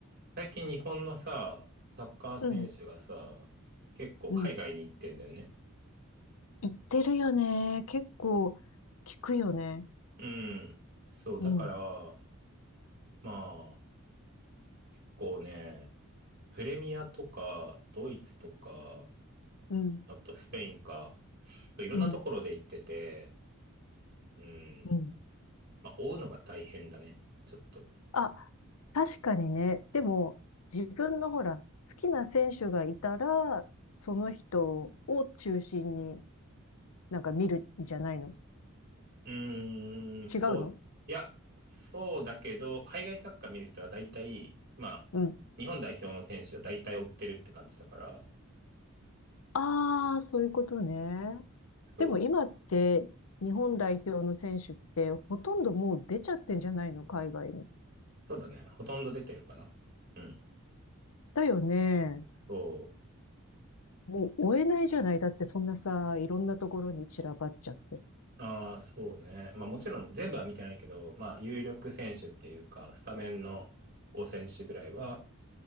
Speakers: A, on the right (about 50°); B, on the left (about 80°).
A: 最近日本のさ、サッカー選手がさ、
B: うん、
A: 結構海外に行ってんだよね。
B: うん。言ってるよね。結構聞くよね。
A: うん。そう、だから、
B: うん、
A: まあ、こうね、プレミアとか、ドイツとか、
B: うん、
A: あとスペインか、そういろんなところで行ってて、
B: うん、
A: うん。
B: うん。
A: まあ、追うのが大変だね。ちょっと。
B: あ、確かにね。でも、自分のほら、好きな選手がいたら、その人を中心になんか見るんじゃないの
A: うーん、そう。
B: 違うの
A: いや、そうだけど、海外サッカー見る人は大体、まあ、
B: うん。
A: 日本代表の選手は大体追ってるって感じだから、
B: ああ、そういうことね。
A: そう。
B: でも今って日本代表の選手ってほとんどもう出ちゃってんじゃないの海外に。
A: そうだね。ほとんど出てるかな。うん。
B: だよね。
A: そ
B: もう追えないじゃない。だってそんなさ、いろんなところに散らばっちゃって。
A: う。ああ、そうね。まあもちろん全部は見てないけど、まあ有力選手っていうか、スタメンの5選手ぐらいは、